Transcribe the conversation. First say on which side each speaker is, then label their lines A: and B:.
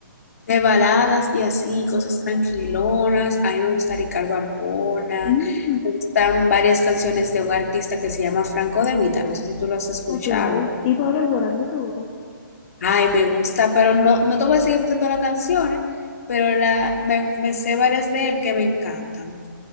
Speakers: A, on the left; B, on the left.
A: De baladas y así, cosas tranquilonas. A mí me gusta Ricardo Arjona.
B: Mm,
A: Me gustan varias canciones de un artista que se llama Franco De Vita. No sé si tú lo has escuchado.
B: ah, claro. Y Pablo Alborán, ¿no te gusta?
A: Ay, me gusta, pero no, no te voy a decir que me sé todas las canciones, pero la, me, me sé varias de él que me encantan.